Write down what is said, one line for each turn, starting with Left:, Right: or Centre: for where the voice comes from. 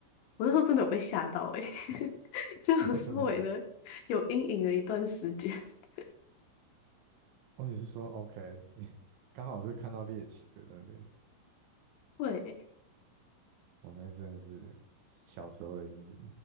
Left: 我那时候真的有被吓到诶、欸 <laughs> 就有稍微的有阴影了一段时间。
Right: 然后真的哦，
Left: <laughs>
Right: 哦你是说 OK，你刚好就看到猎奇的那边，
Left: 对，
Right: 我那真的是小时候的阴影。